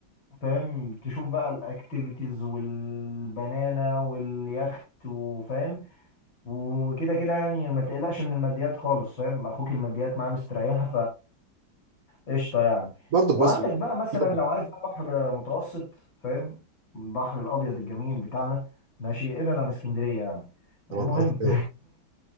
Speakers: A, on the left; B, on the right.
A: فاهم تشوف بقى الاكتيفيتيز والبنانة واليخت وفاهم وكده كده يعني ما تقلقش من الماديات خالص فاهم اخوك الماديات معاه مستريحة قشطه يعني
B: برضو
A: وعندك
B: بس
A: بقى مثلا
B: برضو
A: لو عايز بقى بحر متوسط فاهم البحر الابيض الجميل بتاعنا ماشي ابعد عن اسكندريه يعني
B: طب
A: المهم
B: اروح فين؟